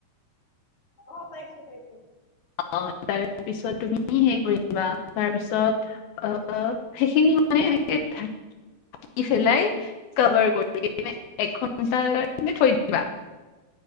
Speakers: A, on the left; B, on the left.
A: আহ', পাইছো- পাইছো।
B: অ ', তাৰ পিছত তুমি হে কৰিবা, তাৰপিছত অ', সেইখিনি মানে এনেকে থাক ই ফিলাই কভাৰ কৰি কিনে এক ঘণ্টাৰ তুমি থৈ দিবা।